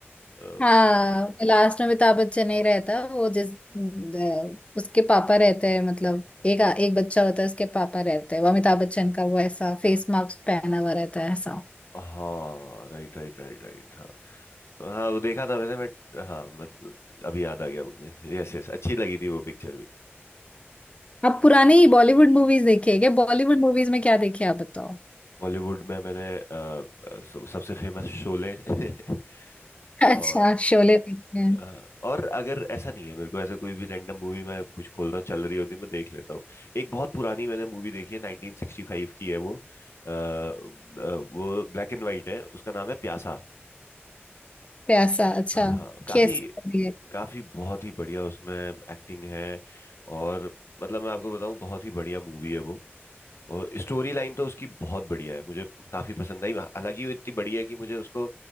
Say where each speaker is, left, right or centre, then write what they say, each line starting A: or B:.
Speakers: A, on the left; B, on the left.
A: अ,
B: हाँ लास्ट में अमिताभ बच्चन नहीं रहता वो जिस द- उसके पापा रहते हैं मतलब एक एक बच्चा होता है उसके पापा रहते हैं वो अमिताभ बच्चन का वो ऐसा फेस मास्क पहना हुआ रहता है ऐसा
A: हाँ राइट राइट राइट राइट हाँ तो हाँ वो देखा था मैंने बट हाँ मतलब अभी याद आ गया मुझे यस यस अच्छी लगी थी वो पिक्चर भी
B: आप पुरानी बॉलीवुड मूवीज देखी है क्या बॉलीवुड मूवीज में क्या देखे आप बताओ
A: बॉलीवुड में मैंने अ, अ, सब- सबसे फेमस शोले <laughs>
B: अच्छा
A: और
B: शोले देखे हैं
A: हाँ, और अगर ऐसा नहीं है मेरे को ऐसे कोई भी रैंडम मूवी मैं कुछ खोल रहा हूँ चल रही होती है मैं देख लेता हूँ एक बहुत पुरानी मैंने मूवी देखी है 1965 की है वो आ, वो ब्लैक एंड वाइट है उसका नाम है प्यासा
B: प्यासा अच्छा
A: हाँ काफी
B: कैसी लगी है?
A: काफी बहुत ही बढ़िया उसमें एक्टिंग है और मतलब मैं आपको बताऊं बहुत ही बढ़िया मूवी है वो और स्टोरी लाइन तो उसकी बहुत बढ़िया है मुझे काफी पसंद आई हालांकि वो इतनी बढ़िया है कि मुझे उसको